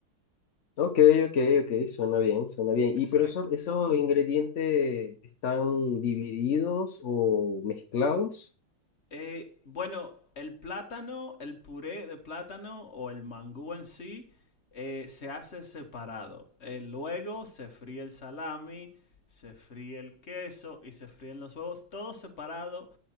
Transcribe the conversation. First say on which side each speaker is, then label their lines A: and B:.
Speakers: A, on the left; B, on the left.
A: Ok, ok, ok, suena bien, suena bien.
B: Exacto.
A: ¿Y pero esos, esos ingredientes están divididos o mezclados?
B: Eh, bueno, el plátano, el puré de plátano o el mangú en sí eh, se hace separado. Eh, luego se fríe el salami, se fríe el queso y se fríen los huevos, todo separado.